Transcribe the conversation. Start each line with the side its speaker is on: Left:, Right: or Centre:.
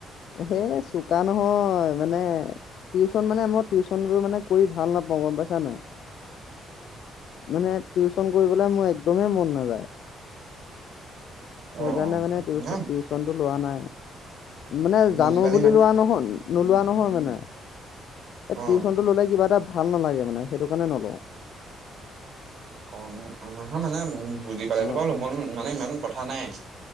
Left: সে চু কা নহয় মানে! টিউচন মানে, মই টিউচন কৰি ভাল নাপাওঁ গম পাইছা নাই! মানে টিউচন কৰিবলৈ মোৰ একদমেই মন নাযায়। সেইকাৰণে
Right: অ
Left: মানে টি-টিউচনটো।
Right: নহয়
Left: লোৱা নাই। মানে
Right: বুজি
Left: জানো
Right: পালে
Left: বুলি
Right: ইমান
Left: লোৱা নহ'ল। নোলোৱা নহয় মানে! এ
Right: অ
Left: টিউচনটো ল'লে কিবা এটা ভাল নালাগে মানে। সেইটো কাৰণে নলওঁ।
Right: অ' নহয় মানে, উম বুজি পালেতো
Left: অ
Right: বাৰু
Left: অ
Right: <unintelligible> মানে ইমান কথা নাই।